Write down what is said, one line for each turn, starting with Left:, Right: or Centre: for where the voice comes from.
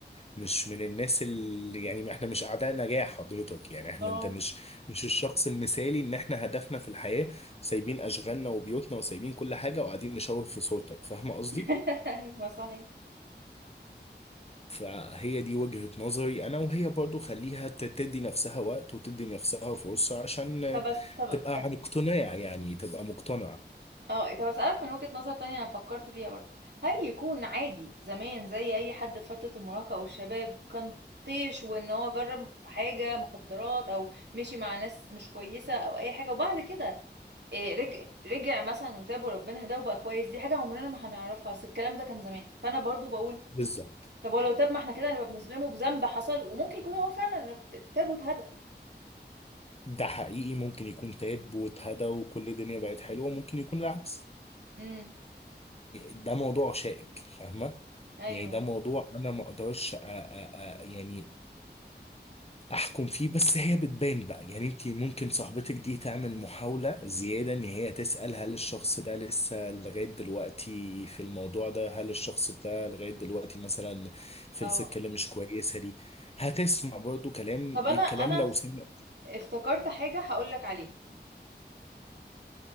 Left: مش من الناس اللي يعني احنا مش اعداء نجاح حضرتك يعني احنا
Right: اه
Left: انت مش مش الشخص المثالي ان احنا هدفنا في الحياة سايبين اشغالنا وبيوتنا وسايبين كل حاجة وقاعدين نشاور في صورتك فاهم قصدي؟
Right: <laughs> ايوه صحيح
Left: فهي دي وجهة نظري انا وهي برضو خليها ت- تدي نفسها وقت وتدي نفسها فرصة عشان
Right: طب أس- طب
Left: تبقى عن اقتناع يعني تبقى مقتنع
Right: اه طب اسالك من وجهة نظر تانية انا فكرت فيها برضو هل يكون عادي زمان زي اي حد في فترة المراهقة او الشباب كان طيش وان هو جرب حاجة مخدرات او مشي مع ناس مش كويسة او اي حاجة وبعد كده إيه، رجع رجع مثلا وتاب وربنا هداه وبقى كويس دي حاجة عمرنا ما هنعرفها اصل الكلام ده كان زمان فانا برضو بقول
Left: بالظبط
Right: طب ولو تاب ما احنا كده نبقى بنظلمه بذنب حصل وممكن يكون هو فعلا رب- تاب واتهدى
Left: ده حقيقي ممكن يكون تاب واتهدى وكل الدنيا بقت حلوة ممكن يكون العكس
Right: امم
Left: ده موضوع شائك فاهمة
Right: ايوه
Left: يعني ده موضوع انا ما اقدرش أ- أ- أ- يعني احكم فيه بس هي بتبان بقى يعني انت ممكن صاحبتك دي تعمل محاولة زيادة ان هي تسأل هل الشخص ده لسه لغاية دلوقتي في الموضوع ده هل الشخص ده لغاية دلوقتي مثلا في
Right: اه
Left: السكة اللي مش كويسة دي هتسمع برضو كلام
Right: طب انا
Left: الكلام
Right: انا
Left: لو سمع
Right: افتكرت حاجة هقولك عليها